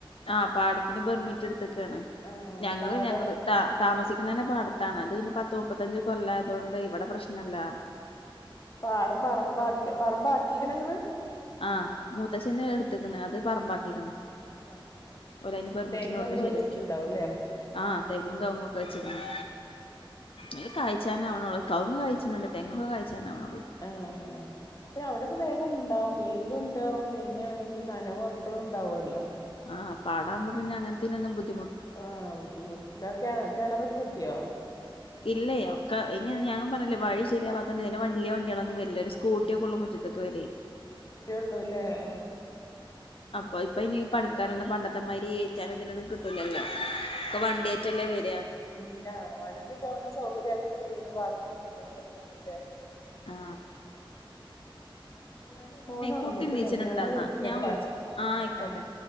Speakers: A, on the left; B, on the left.
A: ആ പാടത്തിന് പെർമിറ്റ് എടുത്തക്ക് ണ്
B: ആഹ്
A: ഞങ്ങള്
B: പാടം
A: ഞങ്ങള് ത താമസിക്കുന്നന്റെ പാടത്താണ് അത് പിന്റെ
B: ആഹ്
A: പത്ത് മുപ്പത്തഞ്ച് കൊല്ലായ തുകൊണ്ട് ഇവിടെ പ്രശ്നല്ല
B: ആ പാടം പറമ്പി പറമ്പ ആാക്കിിക്കണ നിങ്ങള്
A: ആ മൂത്തചന് എടുത്തക്കണ് അത് പറമ്പാക്കിക്കണ്
B: ആഹ് ആഹ്
A: ഓര് അതിന് പെർമിറ്റിന്
B: തെങ്ങൊക്കെ
A: കൊടുത്ത് ശരിയാക്കി
B: വെച്ചിട്ടുണ്ടാവുംല്ലേ
A: ആ തെങ്ങും കവങ്ങും ഒക്കെ വെച്ചിക്കണ് ഇത് കഴ്ച്ചാനാവണള്ളൂ കവുങ്ങ് കായ്ചണുണ്ട് തെങ്ങ് കായ്ക്കാനാവണള്ളൂ
B: ആ പിന്നെ അവിടെക്കെ വേഗം ണ്ടാവും വെയിലും ണ്ടാവും പിന്നെ <unintelligible> ങ്കി നനവും എപ്പോഴുംണ്ടാവുല്ലോ
A: ആ പാടാവുമ്പം പിന്നെ അങ്ങനത്തേനെന്നും ബുദ്ധി
B: ആ ബുദ്ധിമുട്ടില്ല കെണ കിണറൊക്കെ കുത്തിയോ
A: ഇല്ലേ ഒക്കെ ഇനി ഞങ്ങും പറഞ്ഞില്ലേ വഴി ശരിയാവാ തന്ന ഇതിന് വണ്ടിയ വണ്ടികളൊന്നും
B: ആഹ്
A: വരില്ല ഒരു സ്കൂട്ടിയൊക്കെ ഉള്ള മുറ്റത്തൊക്കെ വരെയ്
B: ന്നുല്ലെ ആ
A: അപ്പൊ ഇപ്പൊ ഇനി പണിക്കാരൊന്നും പണ്ടത്തെമാതിരി ഏറ്റാനും ഇതിനൊന്നും കിട്ടി ലല്ലോ ഒക്ക വണ്ടിയേറ്റല്ലേ വര
B: പിന്നാ വണ്ടി പോകണ സൗകര്യം ആക്കിട്ടല്ലേ പിന്നെ ബാക്കി ഒക്കെ ചെയ്യാൻ പറ്റുള്ളൂ അല്ലേ
A: ആ
B: <inaudible> ഞാന് മോന് ഒണന്നിക്കണ്
A: കുട്ടി നീച്ചിട്ടുണ്ടന്നാ
B: ഞാന് വിളിക്കട്ടാ
A: ഞാൻ വിളിച്ച ആഹ് ആയിക്കോട്ടെ
B: ആ <inaudible>